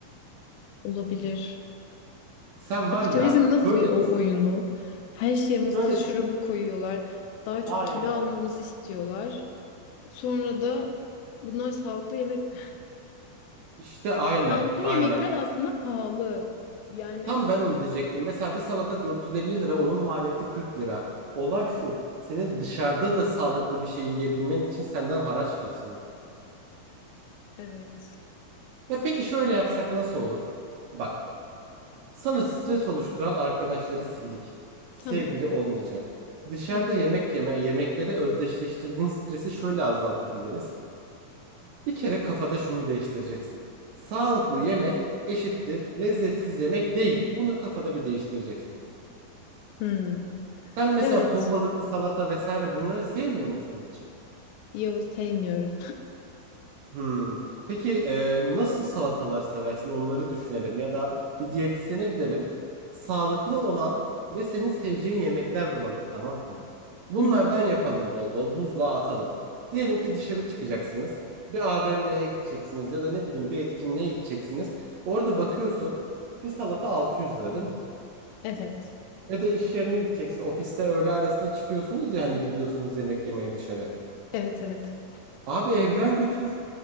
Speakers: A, on the left; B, on the right.
A: Olabilir.
B: Sen
A: Kapitalizm
B: var ya
A: nasıl
B: böyle
A: bir o
B: düşün.
A: oyunu? Her şeye mısır
B: Şöyle
A: şurubu
B: bir
A: koyuyorlar. Daha çok
B: aynen.
A: kilo almamızı istiyorlar. Sonra
B: Hı hı.
A: da bunlar sağlıklı yemek
B: İşte aynen,
A: Sağlıklı
B: aynen.
A: yemekler aslında pahalı. Yani
B: Tam ben onu diyecektim. Mesela bir salata 450 lira, onun maliyeti 40 lira. Olay şu, senin dışarıda da sağlıklı bir şey yiyebilmen için senden haraç kesiyor.
A: Evet.
B: Ya peki şöyle yapsak nasıl olur? Bak, sana stres oluşturan arkadaşları sildik. Sevgili
A: tamam.
B: olmayacak. Dışarıda
A: Tamam.
B: yemek yeme, yemekleri özdeşleştirdiğin stresi şöyle azaltabiliriz. Bir kere kafada şunu değiştireceksin. Sağlıklı yemek eşittir lezzetsiz yemek değil. Bunu kafada bir değiştireceksin.
A: Hmm.
B: Sen mesela
A: Evet.
B: ton balıklı salata vesaire bunları sevmiyor musun hiç?
A: Yavuz sevmiyorum.
B: Hmm. Peki e, nasıl salatalar seversin? Onları düşünelim ya da bir diyetisyene gidelim. Sağlıklı olan ve senin seveceğin yemekler bulalım, tamam mı? Bunlardan
A: <laughs> Hı hı.
B: yapalım bol bol. Buzluğa atalım. Diyelim ki dışarı çıkacaksınız. Bir AVM'ye gideceksiniz ya da ne bileyim bir etkinliğe gideceksiniz. Orada bakıyorsun bir salata 600 lira değil mi?
A: Evet.
B: Ya da iş yerine gideceksin. Ofiste öğle arasına çıkıyorsunuz ya hani gidiyorsunuz yemek yemeye dışarı.
A: Evet evet.
B: Abi evden götür.